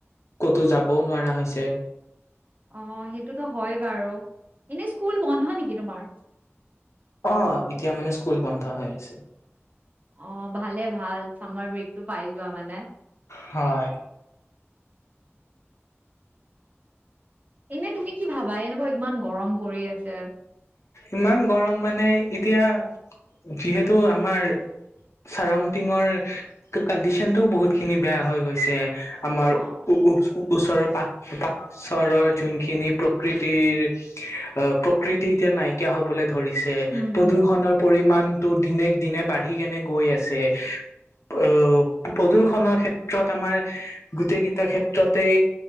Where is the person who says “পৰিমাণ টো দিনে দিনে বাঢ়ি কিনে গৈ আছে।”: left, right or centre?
Left